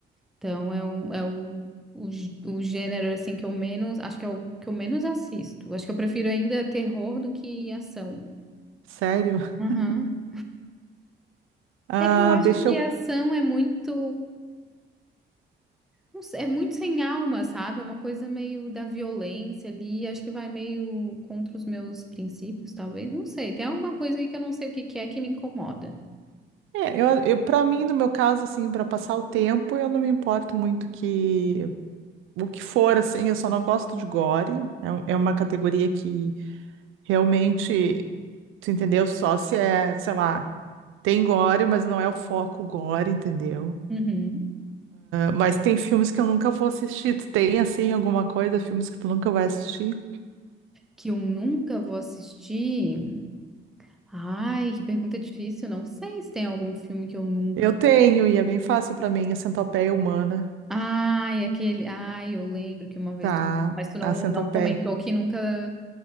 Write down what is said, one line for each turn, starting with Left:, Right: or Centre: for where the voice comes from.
Centre: Então é um, é um, o, gê- o gênero assim que eu menos, acho que é o que eu menos assisto. Acho que eu prefiro ainda terror do que ação.
Right: Sério? <laughs>
Centre: Aham.
Right: Ah,
Centre: É que eu acho
Right: deixa
Centre: que
Right: eu.
Centre: ação é muito, não sei, é muito sem alma, sabe? É uma coisa meio da violência ali, acho que vai meio contra os meus princípios, talvez, não sei. Tem alguma coisa aí que eu não sei o que que é que me incomoda.
Right: É, eu, eu para mim, no meu caso, assim, para passar o tempo, eu não me importo muito que o que for, assim, eu só não gosto de gore. É, um- é uma categoria que realmente, tu entendeu? Só se é, sei lá, tem gore, mas não é o foco gore, entendeu?
Centre: Uhum.
Right: Mas tem filmes que eu nunca vou assistir. Tu tem, assim, alguma coisa, filmes que tu nunca vai assistir?
Centre: Que eu nunca vou assistir. Ai, que pergunta difícil. Não sei se tem algum filme que eu nunca
Right: Eu tenho, e é bem fácil pra mim, a Centopeia Humana.
Centre: Ai, aquele. Ai, eu lembro que uma vez.
Right: Tá,
Centre: tu- Mas tu não,
Right: a Centopeia.
Centre: não comentou que nunca,